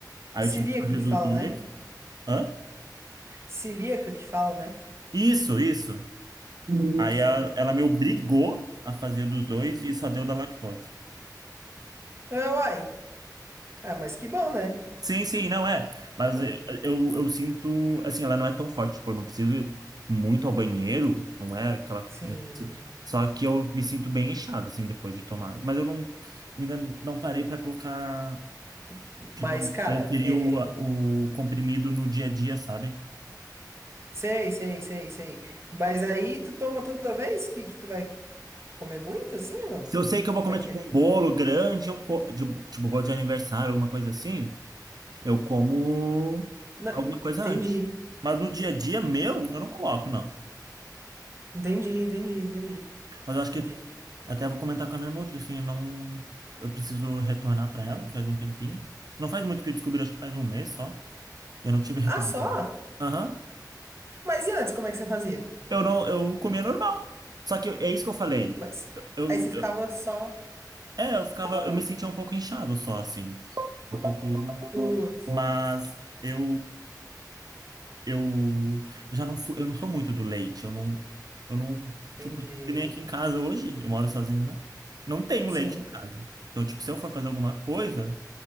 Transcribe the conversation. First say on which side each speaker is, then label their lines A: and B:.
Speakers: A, on the right; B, on the right.
A: Aí
B: Celíaca
A: eu tive que fazer
B: que
A: dos
B: fala,
A: dois.
B: né?
A: Hã?
B: Celíaca que fala, né?
A: Isso, isso. Aí
B: Sim.
A: a- ela me obrigou a fazer dos dois e só deu da lactose.
B: Ah, uai. Ah, mas que bom, né?
A: Sim, sim, não é. Mas
B: Uai.
A: eh, eu, eu sinto, assim, ela não é tão forte, tipo, eu não preciso ir muito ao banheiro, não é aquela.
B: Sim.
A: né, Só que eu me sinto bem inchado, assim, depois de tomar. Mas eu não, ainda não parei pra colocar,
B: P- Mas,
A: tipo,
B: cara,
A: a inserir
B: é.
A: o, o comprimido no dia a dia, sabe?
B: Sei, sei, sei, sei. Mas aí tu toma toda vez que, que tu vai comer muito, assim ou não?
A: Se eu sei que eu vou
B: Como
A: comer,
B: é que
A: tipo,
B: é?
A: um bolo grande, eu co- de- tipo, bolo de aniversário, alguma coisa assim, eu como
B: Não.
A: alguma coisa
B: Entendi.
A: antes. Mas no dia a dia meu, eu não coloco, não.
B: Entendi, entendi, entendi.
A: Mas eu acho que
B: Entendi.
A: Até vou comentar com a minha nutra, assim, eu não... Eu preciso retornar para ela, faz um tempinho. Não faz muito que eu descobri, acho que faz um mês só. Eu não tive retorno
B: Ah, só?
A: dela. Aham.
B: Mas e antes, como é que você fazia?
A: Eu não... Eu comia normal. Só que eu- é isso que eu falei.
B: Mas.
A: Eu,
B: Aí você ficava
A: eu-
B: só.
A: É, eu ficava... Eu me sentia um pouco inchado só, assim. Um pouco...
B: Putz,
A: Mas eu... Eu já não fui... Eu não sou muito do leite. Eu não... Eu não...
B: entendi.
A: Tipo, que nem aqui em casa hoje. Eu moro sozinho, né? Não tenho
B: Sim.
A: leite em casa. Então, tipo, se eu for fazer alguma coisa...